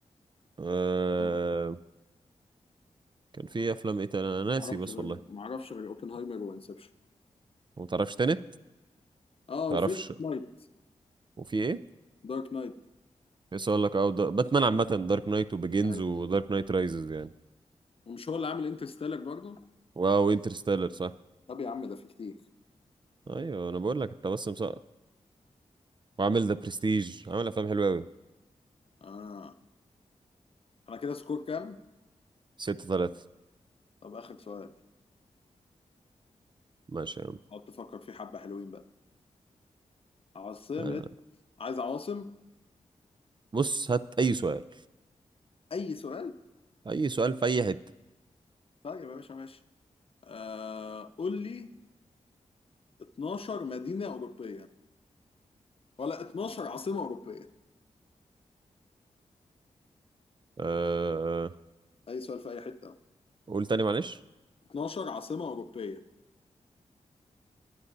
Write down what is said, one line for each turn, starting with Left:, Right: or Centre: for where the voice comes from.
Right: آه
Left: آه،
Right: كان في أفلام إيه تاني أنا ناسي
Left: ما اعرفش
Right: بس
Left: غير
Right: والله
Left: ما اعرفش غير اوبنهايمر وانسبشن
Right: ما تعرفش تنت
Left: اه
Right: تعرفش
Left: وفي دارك نايت
Right: وفي إيه
Left: دارك نايت
Right: بس أقول لك أه دا- باتمان عامة دارك نايت وبيجينز
Left: ايوه
Right: ودارك نايت رايزز يعني
Left: ومش هو اللي عامل انترستيلر برضه
Right: واو انترستيلر صح
Left: طب يا عم ده في كتير
Right: أيوه أنا بقول لك أنت بس مسقط وعامل ذا برستيج عامل أفلام حلوة أوي
Left: آه انا كده سكور كام
Right: ستة ثلاثة
Left: طب اخر سؤال
Right: ماشي يا عم
Left: اقعد تفكر فيه حبه حلوين بقى عاصمه
Right: آه.
Left: عايز عواصم
Right: بص هات أي سؤال
Left: اي سؤال
Right: أي سؤال في أي حتة
Left: طيب يا باشا ماشي آه... قول لي 12 مدينه اوروبيه ولا 12 عاصمه اوروبيه
Right: آه. آه.
Left: اي سؤال في اي حته اهو
Right: قول تاني معلش
Left: 12 عاصمه اوروبيه